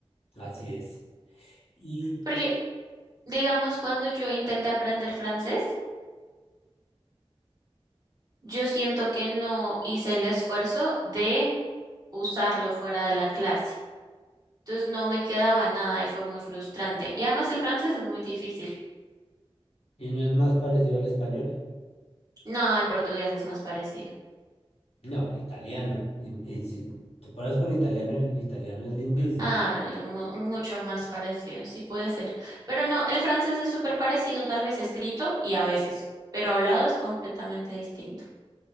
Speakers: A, on the left (about 75°); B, on the right (about 40°).
A: Así es. Y,
B: Porque, digamos, cuando yo intenté aprender francés, yo siento que no hice el esfuerzo de usarlo fuera de la clase. Entonces no me quedaba nada y fue muy frustrante. Y además el francés es muy difícil.
A: y no es más parecido al español.
B: No, el portugués es más parecido.
A: No, el italiano. Y, y si te pones con italiano, el italiano es lindísimo.
B: Ah, bueno, y mu- mucho más parecido, sí puede ser. Pero no, el francés es súper parecido, tal vez escrito y a veces, pero hablado es completamente distinto.